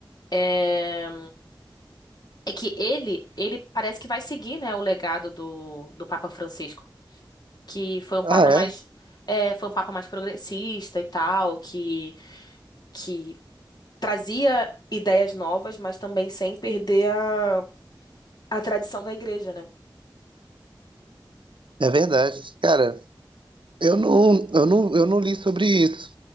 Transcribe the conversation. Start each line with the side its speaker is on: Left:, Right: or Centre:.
Left: é É que ele, ele parece que vai seguir, né, o legado do, do Papa Francisco, que foi um papa
Right: Ah, é?
Left: mais, é, foi um papa mais progressista e tal, que, que Trazia ideias novas, mas também sem perder a, a tradição da igreja, né?
Right: É verdade. Cara, eu não, eu não, eu não li sobre isso.